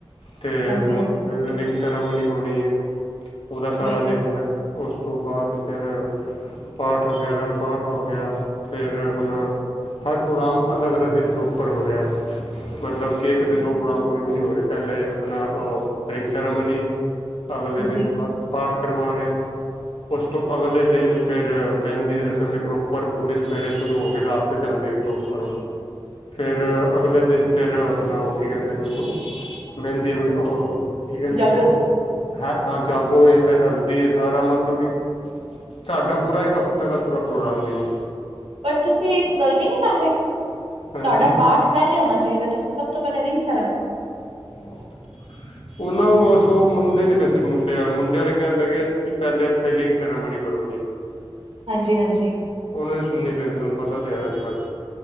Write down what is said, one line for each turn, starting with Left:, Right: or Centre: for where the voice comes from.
Left: ਤੇ
Right: ਹਾਂਜੀ
Left: ਹੁਣ
Right: ਹਾਂਜੀ
Left: ਫੇਰ ਰਿੰਗ ਸੈਰਾਮਨੀ ਹੋਣੀ ਹੈ ਉਹਦਾ ਸਾਰਾ
Right: ਬਿਲਕੁਲ
Left: ਦੇਖਣਾ। ਉਸ ਤੋਂ ਬਾਅਦ ਫਿਰ ਪਾਠ ਵਗੈਰਾ ਪਾਠ ਹੋ ਗਿਆ ਫਿਰ ਆਪਣਾ। ਹਰ ਪ੍ਰੋਗਰਾਮ ਅਲੱਗ ਅਲੱਗ ਦਿਨ ਪ੍ਰੋਪਰ ਹੋ ਰਿਹਾ ਹੈ। ਮਤਲਬ ਕਿ ਇੱਕ ਦਿਨ ਦੋ ਪ੍ਰੋਗਰਾਮ ਕੋਈ ਵੀ ਨਹੀਂ ਹੋ ਰਿਹਾ ਪਹਿਲੇ ਆਪਣਾ ਰਿੰਗ ਸੈਰਾਮਨੀ। ਅਗਲੇ ਦਿਨ
Right: ਜੀ
Left: ਪਾ ਪਾਠ ਕਰਵਾਉਣੇ ਆ। ਉਸ ਤੋਂ ਅਗਲੇ ਦਿਨ ਫੇਰ ਮਹਿੰਦੀ ਦੀ ਰਸਮ ਏ ਪ੍ਰੋਪਰ ਪੂਰੇ ਸਵੇਰੇ ਸ਼ੁਰੂ ਹੋ ਕੇ ਰਾਤ ਤਕ ਚੱਲੇ। ਰੋ ਕਰੋ ਫੇਰ ਅਗਲੇ ਦਿਨ ਫੇਰ ਆਪਣਾ ਉਹ ਕੀ ਕਹਿੰਦੇ ਨੇ ਉਹਨੂੰ ਮਹਿੰਦੀ ਉਹ। ਕੀ ਕਹਿੰਦੇ
Right: ਜਾਗੋ
Left: ਨੇ ਹਾਂ ਹਾਂ ਜਾਗੋ ਇਹ ਫੇਰ ਹੈਲਦੀ। ਸਾਰਾ ਮਤਲਬ ਕਿ ਸਾਡਾ ਪੂਰਾ ਇੱਕ ਹਫ਼ਤੇ ਦਾ ਪੂਰਾ ਪ੍ਰੋਗਰਾਮ ਹੈ ਜੀ।
Right: ਪਰ ਤੁਸੀਂ ਇੱਕ ਗ਼ਲਤੀ ਨਹੀਂ ਕਰ ਰਹੇ
Left: ਹਾਂਜੀ
Right: ਤੁਹਾਡਾ ਪਾਠ ਪਹਿਲੇ ਹੋਣਾ ਚਾਹੀਦਾ ਤੁਸੀਂ ਸਭ। ਬੇ ਰਿੰਗਸ
Left: ਉਹ ਨਾਂ ਬਸ ਓ ਕਦੇ ਨੀ ਵੇਸੇ ਮੁੰਡੇ ਵਾਲੇ ਮੁੰਡੇ ਵਾਲੇ ਕਹਿੰਦੇ ਕਿ ਪਹਿਲੇ ਰਿੰਗ ਸੈਰੇਮਨੀ ਕਰੋ ਜੇ।
Right: ਹਾਂਜੀ ਹਾਂਜੀ
Left: ਉਹਨਾਂ ਦੀ ਸੁਣਨੀ ਪੈਂਦੀ ਤੁਹਾਨੂੰ ਪਤਾ ਤੇ ਹੈ ਅੱਜ ਕੱਲ।